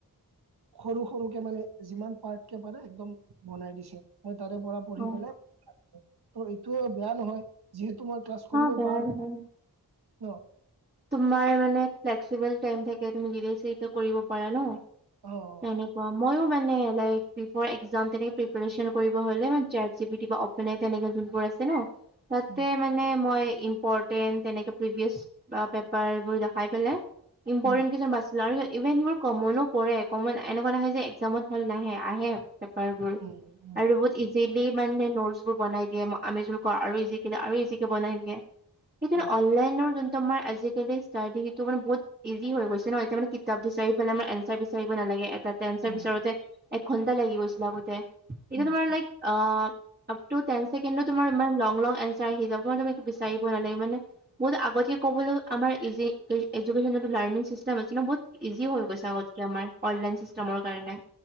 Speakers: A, on the right; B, on the right.
A: সৰু সৰুকে মানে যিমান পাৰ্টকে পাৰে একদম বনাই দিছে মই তাৰে পৰা পঢ়ি
B: অ
A: পেলাই, ত' এইটো বেয়া নহয়, যিহেতু মই ক্লাছ
B: হা
A: কৰিব
B: বেয়া
A: পাৰি,
B: নহয়।
A: ন
B: তোমাৰ মানে ফ্লেক্সিবল টাইম থাকে তুমি দিনত চিফ্ট ও কৰিব পাৰা ন
A: অ, অ
B: তেনেকুৱা মই মানে ল বিফ একাম তেনেকে প্ৰিপৰিচন কৰিব হলে চেছ জিবিডি অফ য তেনেকে যোনবোৰ আছে ন তাতে
A: উম
B: মানে মই ইম্পৰ্টেণ্ট তেনেকে প্ৰিভিয়চ- বা পেপাৰ এইবোৰ দেখাই পেলাই ইম্পৰ্টেন্ট
A: উম
B: কিছুমান বা ল ইভেন এইবোৰ কমনো পৰে কমন এনেকুৱা নাহে যে একজামত হল নাহে আহে। পেপাৰ বোৰ
A: উম, উম,
B: আৰু বহুত ইজি চিলি মানে নোলছ বোৰ বনাই দিয়ে আমিজোৰ কৰা আৰু ইজিক আৰু ইজিকে বনাই দিয়ে। সেইকাৰনে
A: অ',
B: অনলাইনৰ যোনটো তোমাৰ আজিকালি ষ্টাৰ টিভিটো মানে বহুত ইজি হৈ গৈছে ন এতিয়া মানে কিতাপ বিচাৰি ফেলে আমাৰ এন বিচাৰিব নালাগে এটা এঞ্চাৰ
A: উম,
B: বিচাৰোতে এক ঘণ্টা লাগি গৈছিল আগতে এতিয়া
A: উম,
B: তোমাৰ লাইক অপ অফটো টেন ছেকেণ্ডত তোমাৰ ইমান লং লং এনচাৰ চাৰ আহি যাব তুমি একো বিচাৰিব নালাগে মানে বহুথত আগতে ক'বলৈ আমাৰ ইজি এযোকেচনটো লাৰ্ণিং চিষ্টেম আছিল ন বহুত ইজি হল গৈছে আগতকে আমাৰ অনলাইন চিষ্টেমৰ কাৰণে